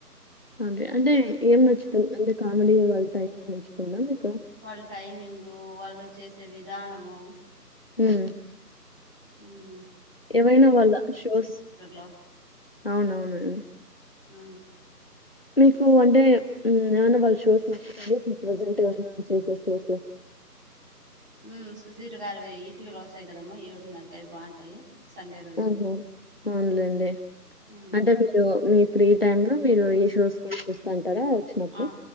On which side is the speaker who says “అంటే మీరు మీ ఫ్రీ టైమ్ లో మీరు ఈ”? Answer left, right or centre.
Left